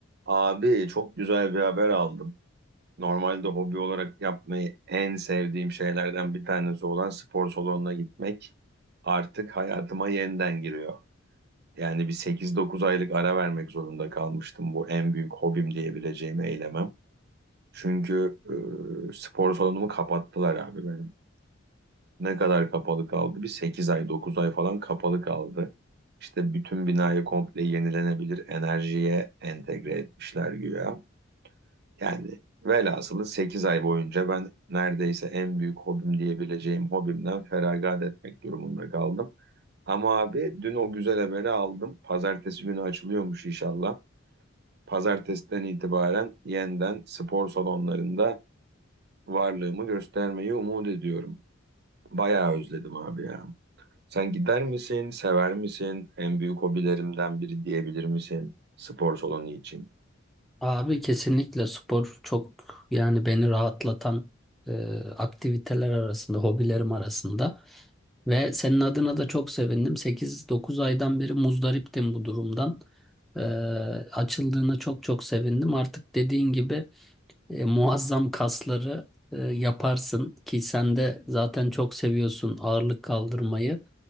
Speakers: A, on the right (about 55°); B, in the centre.
A: Abi çok güzel bir haber aldım. Normalde hobi olarak yapmayı en sevdiğim şeylerden bir tanesi olan spor salonuna gitmek artık hayatıma yeniden giriyor. Yani bir sekiz dokuz aylık ara vermek zorunda kalmıştım bu en büyük hobim diyebileceğim eylemem. Çünkü e, spor salonumu kapattılar abi benim. Ne kadar kapalı kaldı? Bir 8 ay 9 ay falan kapalı kaldı. İşte bütün binayı komple yenilenebilir enerjiye entegre etmişler güya. Yani velhasılı 8 ay boyunca ben neredeyse en büyük hobim diyebileceğim hobimden feragat etmek durumunda kaldım. Ama abi dün o güzel haberi aldım. Pazartesi günü açılıyormuş inşallah. Pazartesiden itibaren yeniden spor salonlarında varlığımı göstermeyi umut ediyorum. Bayağı özledim abi ya. Sen gider misin, sever misin? En büyük hobilerimden biri diyebilir misin spor salonu için?
B: Abi kesinlikle spor çok yani beni rahatlatan e, aktiviteler arasında, hobilerim arasında. Ve senin adına da çok sevindim. 8-9 aydan beri muzdariptim bu durumdan. E, açıldığına çok çok sevindim. Artık dediğin gibi e, muazzam kasları e, yaparsın ki sen de zaten çok seviyorsun ağırlık kaldırmayı